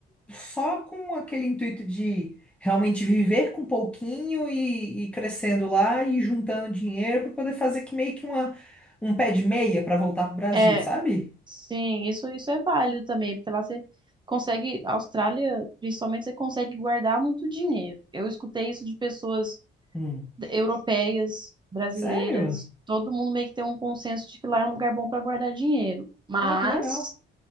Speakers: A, in the centre; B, on the right (about 25°).
A: só com aquele intuito de realmente viver com pouquinho e, e crescendo lá e juntando dinheiro para poder fazer que meio que uma, um pé de meia para voltar pro Brasil,
B: É,
A: sabe?
B: sim, isso, isso é válido também, porque lá você consegue, a Austrália, principalmente, você consegue guardar muito dinheiro. Eu escutei isso de pessoas
A: Hum.
B: europeias, brasileiras,
A: Sério?
B: todo mundo meio que tem um consenso de que lá é um lugar bom para guardar dinheiro. Mas,
A: Ah, que legal.